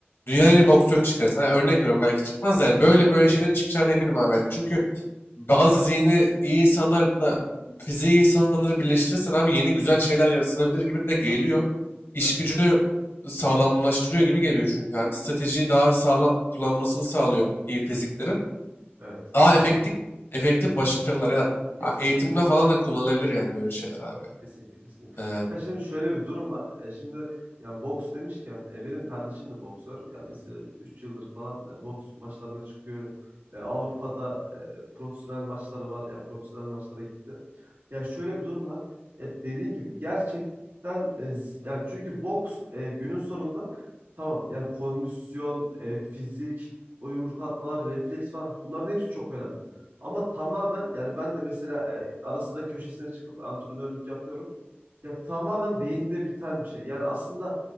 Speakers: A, on the left; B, on the right.
A: dünyanın en iyi boksörünü çıkarırsın. Yani örnek veriyorum belki çıkmaz da yani böyle böyle şeylerin çıkacağına eminim abi ben. Çünkü bazı zihni iyi insanlarla fiziği iyi insanları birleştirirsen abi yeni güzel şeyler yaratılabilir gibi de geliyor. İş
B: evet
A: gücünü sağlamlaştırıyor gibi geliyor çünkü abi. Stratejiyi daha sağlam kullanmasını sağlıyor iyi fiziklerin.
B: evet.
A: Daha efektif,
B: Kankam,
A: efektif başarılar ya da
B: kesinlikle.
A: ha, eğitimde falan da kullanılabilir yani böyle şeyler abi.
B: Kesinlikle kesinlikle.
A: Ee,
B: Ya şimdi şöyle bir durum var. E, şimdi yani boks demişken e, benim kardeşim de boksör. Yani mesela 3 yıldır falan e, boks maçlarına çıkıyor. E, Avrupa'da e, profesyonel maçları var. Yani profesyonel maçlara gitti. Yani şöyle bir durum var. Ya dediğin gibi gerçekten e, z- yani çünkü boks e, günün sonunda tamam yani kondisyon, e, fizik, o yumruk atmalar, refleks falan bunların hepsi çok önemli. Ama tamamen yani ben de mesela e, ara sıra köşesine çıkıp antrenörlük yapıyorum. Ya tamamen beyinde biten bir şey. Yani aslında